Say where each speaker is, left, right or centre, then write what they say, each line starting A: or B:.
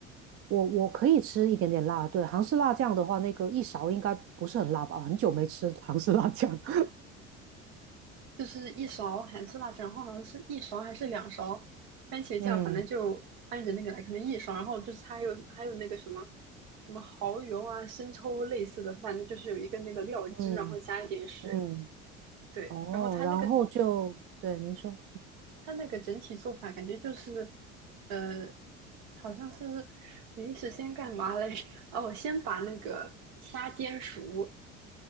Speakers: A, on the right; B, on the right.
A: 我我可以吃一点点辣，对，韩式辣酱的话，那个一勺应该不是很辣吧？很久没吃韩式辣酱。<laughs>
B: 就是一勺韩式辣酱，然后好像是一勺还是两勺番茄酱，
A: 嗯
B: 反正就按着那个来，可能一勺，然后就是它还有还有那个什么什么蚝油啊、生抽类似的，反正就是有一个那个料汁，
A: 嗯
B: 然后加一点水，
A: 嗯。
B: 对，
A: 哦，
B: 然后它那个
A: 然后就，对，您说，
B: 它那个整体做法感觉就是，呃，好像是临时先干嘛来着？<laughs> 哦，先把那个虾煎熟，